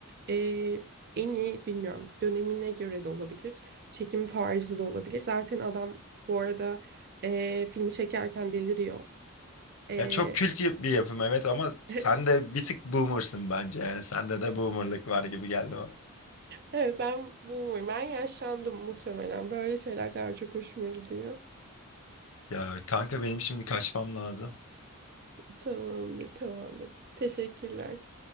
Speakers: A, on the right; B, on the left.
A: Ee, en iyi bilmiyorum dönemine göre de olabilir. Çekim tarzı da olabilir. Zaten adam bu arada ee, filmi çekerken deliriyor. Ee,
B: Ya çok kült yap- bir yapım evet ama sen
A: <laughs>
B: de bir tık boomersın bence yani sende de boomerlık var gibi geldi
A: evet ben bu ben yaşlandım muhtemelen. Böyle şeyler daha çok hoşuma gidiyor.
B: Ya kanka benim şimdi kaçmam lazım.
A: Tamamdır tamamdır. Teşekkürler.